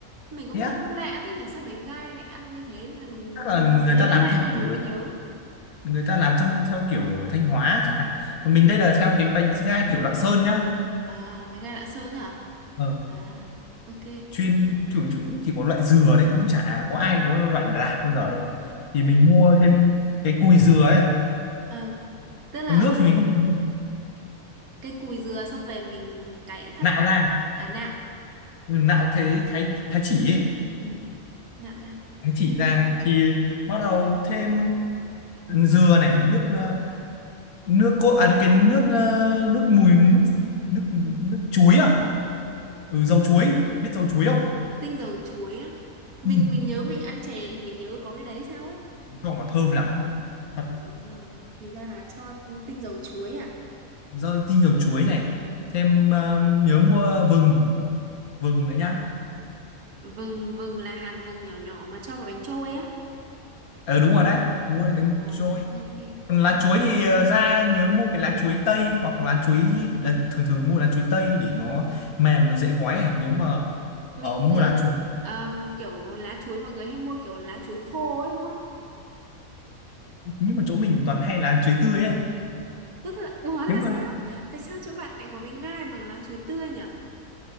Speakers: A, on the right; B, on the left.
A: mình cũng
B: thế á
A: thấy nó lạ thế nhỉ sao bánh gai lại ăn như thế là
B: chắc là
A: mình
B: người
A: thấy
B: ta
A: nó
B: làm
A: lạ
B: theo
A: nên
B: kiểu
A: mình mới nhớ
B: người ta làm trong theo kiểu ở Thanh Hóa chẳng hạn còn mình đây là theo cái bánh gai kiểu Lạng Sơn nhá
A: à bánh gai Lạng Sơn hả
B: Ờ,
A: à ok
B: chuyên chủ chủ- cũng chỉ có loại dừa đấy cũng chả có ai có loại lạc bao giờ đâu thì mình mua thêm cái cùi dừa ấy
A: Ờ, tức là
B: còn nước thì mình không dùng đâu.
A: cái cùi dừa xong về mình cải thắt
B: nạo ra
A: à nạo
B: Ừ, nạo thế thái thái chỉ ấy.
A: Ừ. nạo ra
B: thái chỉ ra thì bắt đầu thêm dừa này nước ờ, nước cốt à nước cái nước ờ, nước mùi nước nước nước chuối à ừ, dầu chuối biết dầu chuối không
A: tinh dầu chuối á mình
B: ừ,
A: mình nhớ mình ăn chè thì mình nhớ có cái đấy sao ấy
B: cho vào thơm lắm thật
A: À, thì ra là cho tinh dầu chuối à
B: dầu tinh dầu chuối này thêm ờ, nhớ mua vừng vừng nữa nhá
A: vừng vừng là hạt vừng nhỏ nhỏ mà cho vào bánh trôi á
B: ờ đúng rồi đấy mua
A: à,
B: bánh trôi
A: à ok ok
B: Còn lá chuối thì ờ, ra nhớ mua cái lá chuối tây hoặc lá chuối là thường thường mua lá chuối tây để nó mềm nó dễ gói ấy. nếu mà
A: mình
B: ờ,
A: mình
B: mua
A: thấy
B: lá chuối
A: ờ, kiểu lá chuối mọi người hay mua kiểu lá chuối khô ấy đúng không
B: nhưng mà chỗ mình toàn hay lá chuối tươi ấy
A: tức là ủa là
B: nếu mà
A: sao tại sao chỗ bạn lại có bánh gai bằng lá chuối tươi nhỉ